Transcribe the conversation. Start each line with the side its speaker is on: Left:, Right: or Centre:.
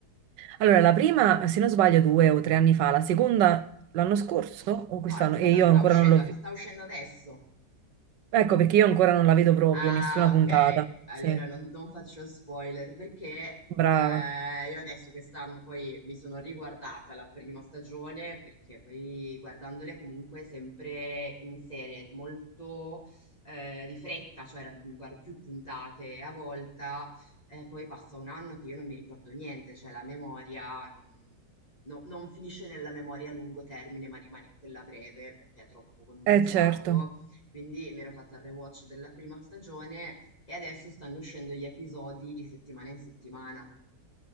Right: Allora, la prima, se non sbaglio, due o tre anni fa, la seconda l'anno scorso
Left: Ad-
Right: o quest'anno?
Left: No, la seconda
Right: E io
Left: sta
Right: ancora
Left: uscendo,
Right: non l'ho vista.
Left: sta uscendo adesso.
Right: Ecco, perché io ancora non la vedo proprio,
Left: Ah,
Right: nessuna puntata.
Left: ok. Allora
Right: Sì,
Left: non, non faccio spoiler perché
Right: brava.
Left: eh, io adesso quest'anno poi mi sono riguardata la prima stagione perché poi guardandole comunque sempre in serie, molto eh, di fretta, cioè ra- guardo più puntate a volta, eh, poi passa un anno che io non mi ricordo niente, cioè la memoria non, no- non finisce nella memoria a lungo termine, ma rimane in quella breve perché è troppo condensato.
Right: Eh certo.
Left: Quindi mi ero fatta il rewatch della prima stagione e adesso stanno uscendo gli episodi di settimana in settimana